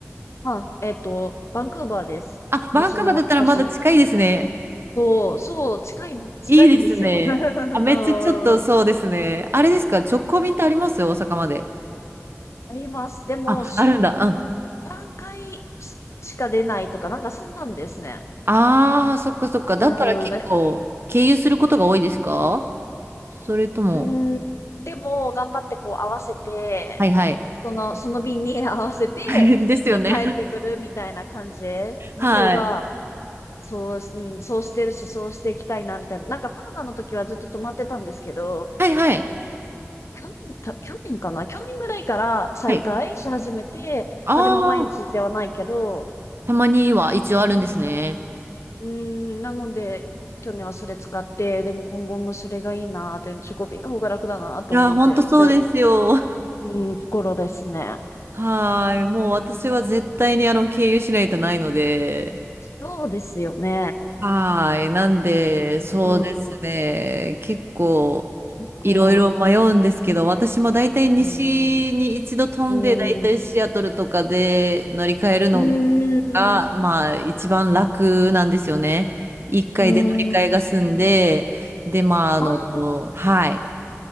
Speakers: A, on the left; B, on the right.
A: あ、えっと、バンクーバーです。
B: あ、バンクーバーだったらまだ近いですね。
A: 西の端。そう、そう、近い、近いんですよ。
B: いいですね。
A: <laughs>
B: あ、めっちゃちょっとそうですね。
A: あん
B: あれですか、直行便ってありますよ、大阪まで。
A: あります。でも、
B: あ、
A: 週に
B: あるんだ。うん。
A: 3回しか出ないとか、なんかそんなんですね。
B: ああ、そっかそっか。だったら結構、
A: うん。だ
B: 経由することが多いですかそれとも、
A: うん、でも、頑張ってこう合わせて、
B: はいはい。
A: その、<laughs> その便に合わせて行って帰ってくるみたいな感じ
B: <laughs> ですよね。はい。
A: の方が、そう、うん、そうしてるし、そうしていきたいな、みたいな。なんかコロナの時はずっと止まってたんですけど、
B: はいはい。
A: 去年、去年、た去年かな去年ぐらいから再開し始めて、
B: はい。あ
A: まあでも毎日ではないけど、
B: あ、たまには一応あるんですね。
A: うん、なので、去年はそれ使って、でも今後もそれがいいなって、チョコビの方が楽だなと思ってる、
B: いやー、ほんとそうですよ。
A: うん、ところですね。
B: はーい。もう私は絶対にあの、経由しないとないので。
A: そうですよね。
B: はーい。なんで、そうですね。
A: うん。
B: 結構、
A: 結構と、
B: いろいろ迷うんですけど、私も大体西に一度飛んで、
A: うーん、うーん、
B: 大体シアトルとかで乗り換えるの
A: うーん。
B: が、まあ、一番楽なんですよね。一回で乗り換えが済んで、
A: うーん、
B: で、まあ、あの、
A: あー
B: はい。